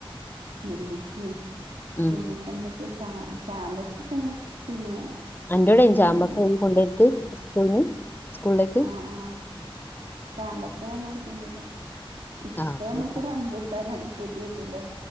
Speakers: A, on the right; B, on the left.
A: നെല്ലിക്കിം
B: ഉം
A: പിന്നെ പ്പന്താ ഈ ചാ ചാമ്പക്ക ക്കെങ്ങിനെ പിന്നെ
B: അൻ്റോടെയ്നി
A: ഇല്ലേനി
B: ചാമ്പക്ക യിന് കൊണ്ടെയെട്ത്
A: ആ
B: സ്കൂൾന്ന് സ്കൂൾലേക്ക്.
A: ആ ആ ചാമ്പക്ക ഞാൻ കൊട്ത്തീനതാ. ഇപ്പ
B: ആ
A: യമ്മക്ക്
B: ഓ
A: റംബൂട്ടാനാണ് പുതിയേത് ലെ.